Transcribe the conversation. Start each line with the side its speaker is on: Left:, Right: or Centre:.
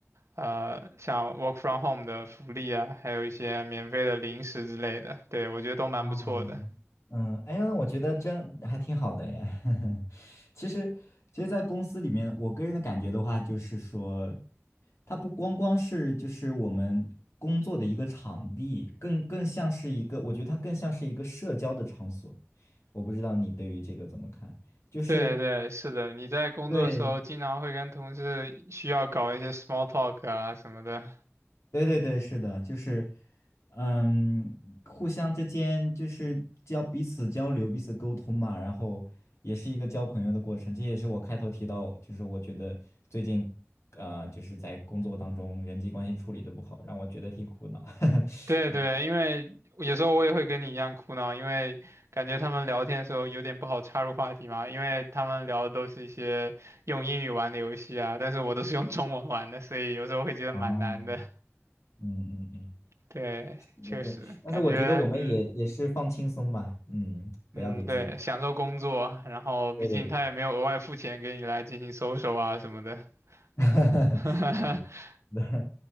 Right: 呃像 work from home 的福利啊，还有一些免费的零食之类的，对，我觉得都蛮不错的。
Left: 哦，嗯，哎呀，那我觉得这样还挺好的哎。<laughs> 其实，其实，在公司里面，我个人的感觉的话，就是说，它不光光是就是我们工作的一个场地，更更像是一个，我觉得它更像是一个社交的场所。我不知道你对于这个怎么看？就是
Right: 对对，是的，你在工作的时候经常会跟同事需要搞一些
Left: 对
Right: small talk 啊什么的。
Left: 对对对，是的，就是，嗯，互相之间就是交彼此交流、彼此沟通嘛，然后也是一个交朋友的过程。这也是我开头提到，就是我觉得最近，呃，就是在工作当中人际关系处理的不好，让我觉得挺苦恼。<laughs>
Right: 对对，因为有时候我也会跟你一样苦恼，因为感觉他们聊天的时候有点不好插入话题嘛，因为他们聊的都是一些用英语玩的游戏啊，但是我都是用中文玩的，所以有时候会觉得蛮难的。
Left: 哦，嗯嗯嗯，
Right: 对，
Left: 那就，
Right: 确实感觉嗯
Left: 但是我觉得我们也也是放轻松吧，嗯，不要给自己，
Right: 嗯，对，享受工作，然后毕竟他也没有额外付钱给你来进行搜索啊什么的，
Left: 对对对，<laughs>
Right: <laughs>
Left: 那，<laughs>